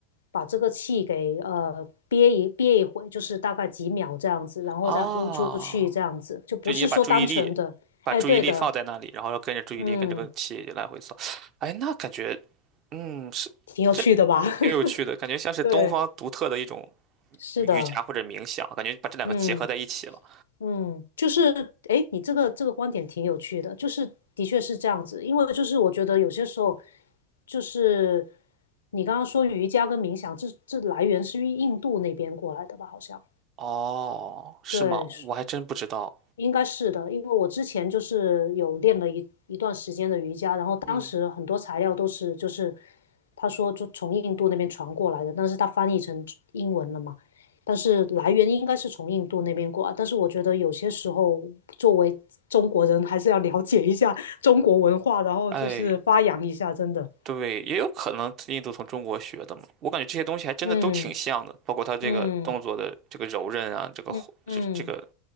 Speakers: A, on the left (about 75°); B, on the right (about 45°).
A: 把这个气给呃憋一憋一会，就是大概几秒这样子，然后再呼出去这样子，
B: 哦，
A: 就不是说单纯的，
B: 就你把注意力把注意力放在那里，
A: 哎，对的，
B: 然后要跟着注意力跟这个气来回走。
A: 嗯，
B: 哎，那感觉，嗯，是这
A: 挺有趣的吧？<laughs>
B: 挺有趣的，感觉像是东方独特的一种
A: 对，是的，
B: 瑜伽或者冥想，感觉把这两个结合在一起了。
A: 嗯。嗯，就是诶，你这个这个观点挺有趣的，就是的确是这样子，因为就是我觉得有些时候，就是你刚刚说瑜伽跟冥想，这这来源是于印度那边过来的吧？好像
B: 哦，是吗？
A: 对，
B: 我还真不知道。
A: 应该是的，因为我之前就是有练了一一段时间的瑜伽，然后当时很多材料都是就是
B: 嗯，
A: 他说就从印度那边传过来的，但是他翻译成英文了嘛，但是来源应该是从印度那边过来，但是我觉得有些时候作为中国人还是要了解一下中国文化，然后就是发扬一下，
B: 哎，
A: 真的，
B: 对，也有可能印度从中国学的嘛。我感觉这些东西还真的都挺像的，
A: 嗯
B: 包括它这个动作的这个柔韧啊，
A: 嗯
B: 这个呼这这个
A: 嗯嗯